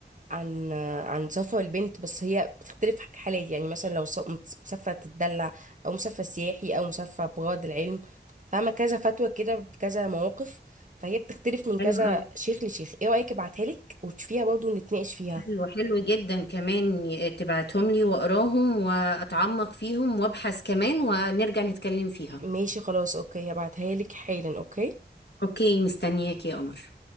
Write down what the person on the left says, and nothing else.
حلو
أوي
حلو حلو جدا كمان ي- تبعتهم لي وأقراهم وأتعمق فيهم وأبحث كمان ونرجع نتكلم فيها
أوكي مستنياك يا قمر